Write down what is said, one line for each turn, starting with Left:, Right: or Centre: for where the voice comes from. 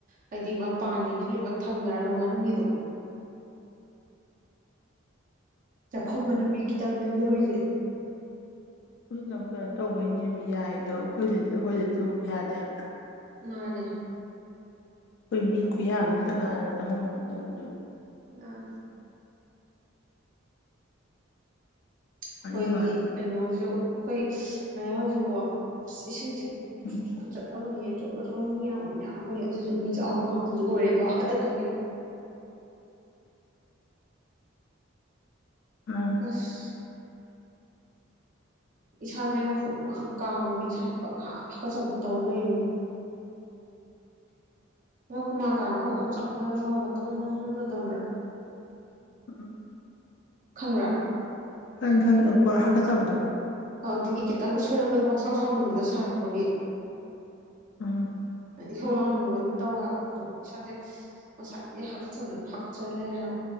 Right: ꯍꯥꯏꯗꯤ ꯃꯄꯥꯟꯒꯤꯗꯤ ꯂꯣꯏꯅꯃꯛ ꯊꯝꯅꯔꯒ ꯃꯅꯨꯡꯒꯤꯗꯣ
Left: ꯎ
Right: ꯆꯥꯛꯈꯨꯝ ꯃꯅꯨꯡꯒꯤ ꯈꯤꯇꯪꯅꯦ ꯑꯣꯜꯍꯧꯔꯤꯁꯦ
Left: ꯑꯩꯈꯣꯏꯅ ꯑꯃꯨꯛ ꯀꯩꯅꯣ ꯇꯧꯕꯩꯅꯦ ꯑꯃ ꯌꯥꯏꯗꯣ ꯑꯩꯈꯣꯏꯗꯗꯤ ꯑꯩꯈꯣꯏꯗꯁꯨꯒꯨꯝ ꯌꯥꯗꯦꯅ
Right: ꯃꯥꯅꯦ
Left: ꯑꯩꯈꯣꯏ ꯃꯤ ꯈꯨꯌꯥ ꯑꯃꯁꯤꯗ ꯀꯅꯥꯅ ꯂꯧꯍꯧꯗꯣꯏꯅꯣ
Right: ꯂ ꯑꯩꯈꯣꯏꯒꯤ
Left: ꯑꯔꯤꯕ ꯍꯥꯏꯕ
Right: ꯀꯩꯅꯣꯁꯨ ꯑꯩꯈꯣꯏ ꯃꯌꯥꯝꯍꯁꯨꯀꯣ ꯏꯁꯤꯡ ꯆꯤ
Left: ꯎꯝ
Right: ꯑꯃꯅꯤꯅꯤ ꯖꯣꯔꯣ ꯖꯣꯔꯣ ꯃꯤ ꯌꯥꯝ ꯌꯥꯝꯕꯒꯤ ꯑꯗꯨꯁꯨ ꯃꯤ ꯆꯥꯎꯕ ꯉꯥꯛꯇꯁꯨ ꯑꯣꯏꯔꯦꯀꯣ ꯑꯗꯨꯒꯤ
Left: <inaudible> ꯑ
Right: ꯑꯁ ꯏꯁꯥꯁꯦ ꯑꯃ ꯍꯨꯛ ꯃꯥꯥꯡꯅ ꯀꯥꯡꯉꯕ ꯏꯁꯥꯁꯦ ꯄꯪꯍꯥ ꯊꯥꯀꯠꯆꯕ ꯇꯧ ꯂꯩꯔꯤꯝꯅꯤ
Left: <inaudible> <inaudible>
Right: ꯃ ꯍꯨꯃꯥꯡ ꯀꯥꯡꯉꯒ ꯑꯣꯝ ꯆꯥꯞꯅꯔꯒ ꯃꯊꯣꯡ ꯃꯥꯡꯍꯟꯗꯗꯣꯕ꯭ꯔꯥ
Left: ꯎꯝ
Right: ꯈꯪ꯭ꯔꯥ
Left: ꯍ ꯏꯈꯪ ꯄꯣꯔꯥ ꯍꯥꯀꯥ ꯆꯕꯗꯣ
Right: ꯑ ꯑꯗꯨꯗꯒꯤ ꯈꯤꯇꯪꯒ ꯁꯣꯏꯔꯛꯄꯗꯣ ꯄꯪꯁꯥꯎ ꯁꯥꯎꯅꯤꯡꯕꯗꯣ ꯁꯥꯔꯛꯄꯒꯤ
Left: ꯎꯝ
Right: ꯏꯍꯧ ꯂꯥꯡꯅꯤꯡꯕ ꯑꯗꯨꯝ ꯇꯧꯋꯦꯕ ꯏꯁꯥꯁꯦ ꯉꯁꯥꯏꯗꯒꯤ ꯍꯥꯀꯠꯆꯕꯗ ꯑꯗꯨꯝ ꯍꯥꯀꯠꯆꯔ ꯂꯩꯔꯦ ꯍꯥꯏꯕ